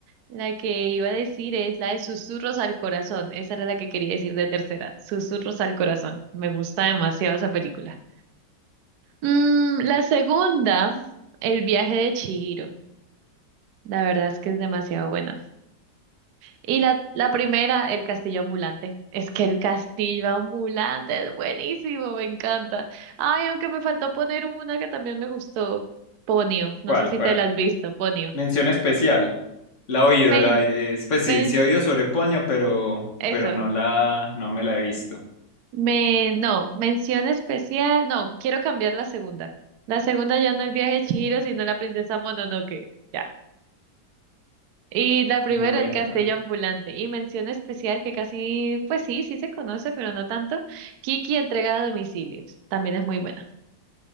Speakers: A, on the right; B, on the left.
A: la que iba a decir es la de Susurros al Corazón. Esa era la que quería decir de tercera, Susurros al Corazón. Me gusta demasiado esa película. Mm, la segunda, El viaje de Chihiro. La verdad es que es demasiado buena. Y la, la primera, el castillo ambulante. Es que el castillo ambulante es buenísimo, me encanta. Ay, aunque me faltó poner una que también me gustó, Ponio. No
B: ¿Cuál,
A: sé si
B: cuál?
A: te la has visto, Ponio.
B: Mención especial. La he oído,
A: Me,
B: la, eh, pues
A: me,
B: sí, sí he oído sobre Poño, pero,
A: eso.
B: pero no la, no me la he visto.
A: Me, no, mención especial. No, quiero cambiar la segunda. La segunda ya no el viaje de Chihiro, sino la princesa Mononoke. Ya. Y la primera,
B: Buena.
A: el castillo ambulante. Y mención especial que casi, pues sí, sí se conoce, pero no tanto. Kiki entrega a domicilios. También es muy buena.